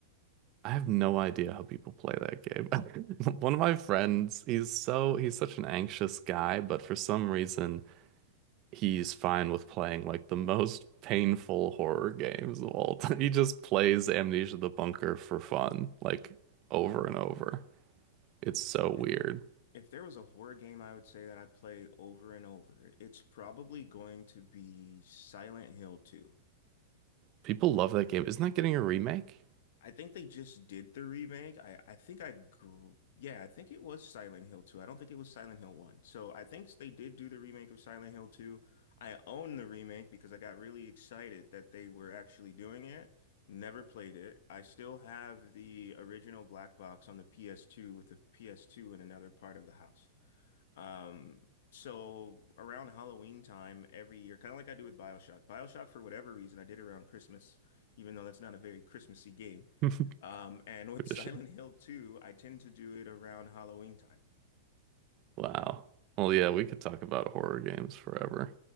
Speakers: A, on the right; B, on the left.
A: I have no idea how people play that game. <laughs> One of my friends, he's so he's such an anxious guy, but for some reason he's fine with playing like the most painful horror games of all time. <laughs> He just plays Amnesia the Bunker for fun, like over and over. It's so
B: If
A: weird.
B: if there was a horror game I would say that I play over and over, it's probably going to be Silent Hill 2.
A: People love that game. Isn't that getting a remake?
B: I think they just did the remake. I, I think I grew, yeah, I think it was Silent Hill 2. I don't think it was Silent Hill 1. So I think they did do the remake of Silent Hill 2. I own the remake because I got really excited that they were actually doing it. Never played it. I still have the original black box on the PS2 with the PS2 in another part of the house. Um, so around Halloween time every year, kind of like I do with BioShock. BioShock, for whatever reason, I did around Christmas, even though that's not a very Christmassy game.
A: <laughs>
B: Um, and with
A: Tradition.
B: <laughs> Silent Hill 2, I tend to do it around Halloween time.
A: Wow. Well, yeah, we could talk about horror games forever.